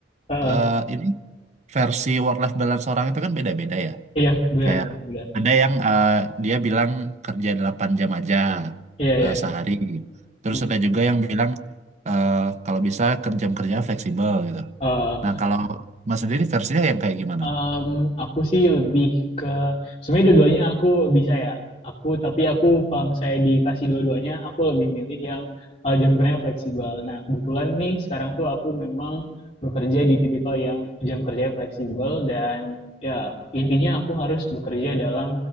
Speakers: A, on the left; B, on the right.
A: Eh, eh,
B: eh, ini versi work life balance orang itu kan beda-beda ya.
A: iya benar
B: Kayak
A: benar. benar.
B: ada yang eh, dia bilang kerja 8 jam aja
A: Iya iya.
B: eh, sehari. Terus
A: Hmm.
B: ada juga yang bilang eh, kalau bisa kerja-kerja fleksibel gitu.
A: Eh,
B: Nah, kalau Mas sendiri versinya yang kayak gimana?
A: Em, aku sih lebih ke sebenarnya dua-duanya aku bisa ya. Aku tapi aku kalau misalnya dikasih dua-duanya aku lebih milih yang eh, jam kerjanya fleksibel. Nah, kebetulan nih sekarang tuh aku memang bekerja di tipikal yang jam kerjanya fleksibel dan ya intinya aku harus bekerja dalam